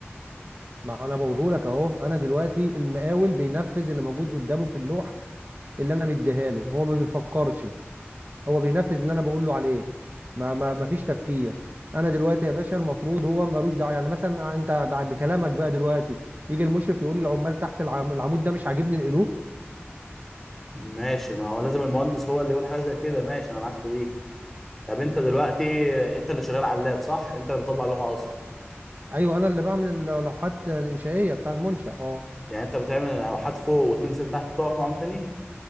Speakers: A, on the right; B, in the centre.
A: ما هو انا بقوله لك اهو انا دلوقتي المقاول بينفذ اللي موجود قدامه في اللوحه اللي انا مديها له هو ما بيفكرش هو بينفذ اللي انا بقول له عليه ما ما ما فيش تفكير انا دلوقتي يا باشا المفروض هو ملوش دعوه يعني مثلا انت بعد بكلامك بقى دلوقتي يجي المشرف يقول للعمال تحت العم- العمود ده مش عاجبني نقلوه
B: ماشي ما هو لازم المهندس هو اللي يقول حاجه زي كده ماشي انا معاك في دي طب انت دلوقتي انت اللي شغال على اللاب صح انت اللي بتطلع لوحه اصلا
A: ايوه انا اللي بعمل اللوحات الانشائيه بتاع المنشا اه
B: يعني انت بتعمل لوحات فوق وتنزل تحت تقف معاهم تاني